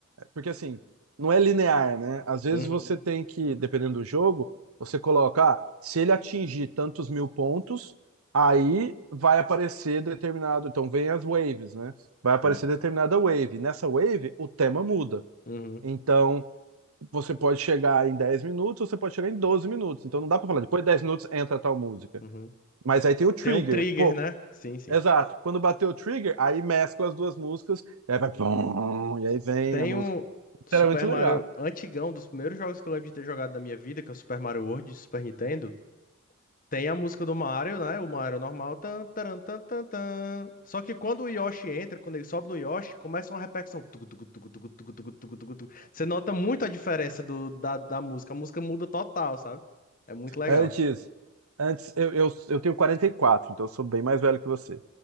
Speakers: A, on the right; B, on the left.
A: Porque assim, não é linear, né? Às vezes
B: Uhum.
A: você tem que, dependendo do jogo, você coloca, ah, se ele atingir tantos mil pontos, aí vai aparecer determinado. Então vem as waves, né? Vai aparecer
B: Sim.
A: determinada wave. Nessa wave, o tema muda.
B: Uhum.
A: Então você pode chegar em 10 minutos, você pode chegar em 12 minutos. Então não dá pra falar, depois de 10 minutos entra tal música.
B: Uhum.
A: Mas aí tem o trigger.
B: Tem um trigger,
A: Pô,
B: né? Sim, sim.
A: exato. Quando bateu o trigger, aí mescla as duas músicas, e aí vai. pum, E aí vem
B: Tem
A: a música.
B: um
A: Isso
B: Super
A: era muito legal.
B: Mario antigão, dos primeiros jogos que eu lembro de ter jogado na minha vida, que é o Super Mario World de Super Nintendo. Tem a música do Mario, né? O Mario normal. Tan, taran, tan, tan, tan. Só que quando o Yoshi entra, quando ele sobe no Yoshi, começa uma repercussão. Tucu, tucu, tucu, tucu, tucu, tucu, tucu, tucu, tucu. Você nota muito a diferença do, da, da música. A música muda total, sabe? É muito legal.
A: Antes, antes eu, eu, eu tenho 44, então eu sou bem mais velho que você.